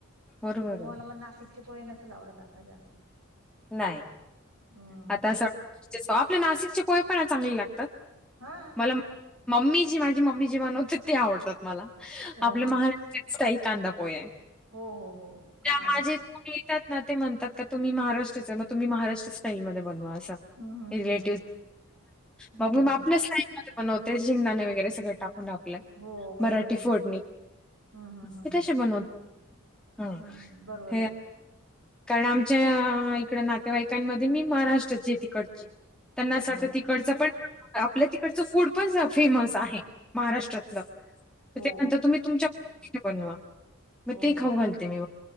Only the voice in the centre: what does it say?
बरोबर
आहे.
नाही.
आता असं वाटतं <unintelligible> आपले नाशिकचे पोहे पण चांगले लागतात.
मं, मम्मी जी माझी मम्मी जे बनवते ते आवडतात मला
आपले
महारा <unintelligible> स्टाईल कांदा पोहे आहे,
त्या माझी
<unintelligible> त्यात ना ते म्हणतात का तुम्ही महाराष्ट्राचे म तुम्ही, महाराष्ट्र स्टाईल मध्येच बनवा असा
रिलेटिव्ह
मग मी
म आपल्याच स्टाईल मध्ये बनवते, जिंगदाणे वगैरे सगळं टाकून, टाकु <unintelligible>
मराठी
फोडणी
ते कशे बनवत हं,
हे
कारण आमच्या आ इकडं नातेवाईकां मध्ये मी महाराष्ट्राची ये तिकडची, त्यांना असं
वाटत
तिकडचं पण आपल्या तिकडचं फूड पण फेमस आहे. महाराष्ट्रातलं
तर त्यानंतर तुम्ही तुमच्या पध्दतीने बनवा. म
ते खाऊ घालते मी